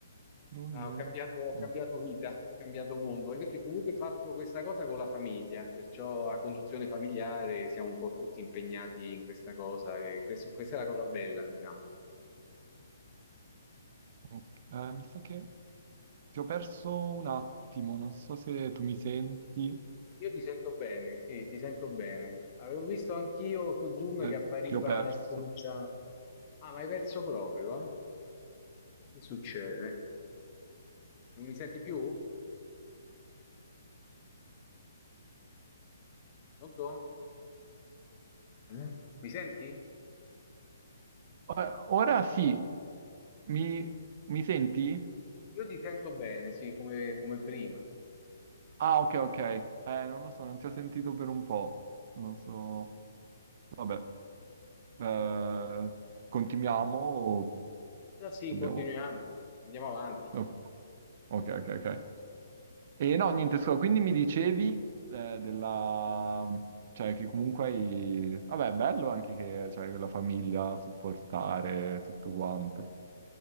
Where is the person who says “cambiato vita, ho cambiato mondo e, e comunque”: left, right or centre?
Left